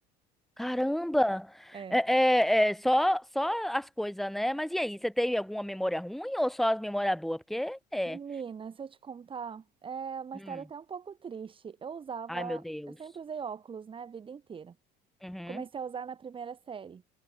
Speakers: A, in the centre; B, on the right.
A: Caramba!
B: É.
A: É, é, é, só, só as coisas, né? Mas e aí, você teve alguma memória ruim ou só as memórias boas? Porque é.
B: Menina, se eu te contar, é uma
A: Hum.
B: história até um pouco triste. Eu usava,
A: Ai, meu Deus.
B: eu sempre usei óculos, né, a vida inteira.
A: Uhum.
B: Comecei a usar na primeira série.